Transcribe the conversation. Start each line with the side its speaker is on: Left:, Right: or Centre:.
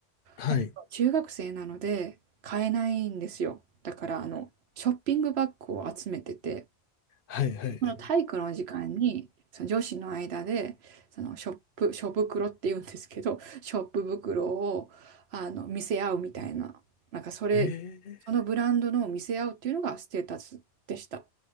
Left: はい。
Right: だけど中学生なので買えないんですよ。だから、あの、ショッピングバッグを集めてて、
Left: はい。はい。
Right: この体育の時間に、その女子の間で、そのショップ、ショ袋って言うんですけど、ショップ袋を、あの、見せ合うみたいな、なんかそれ、
Left: え
Right: そのブランドのを見せ合うっていうのがステータスでした。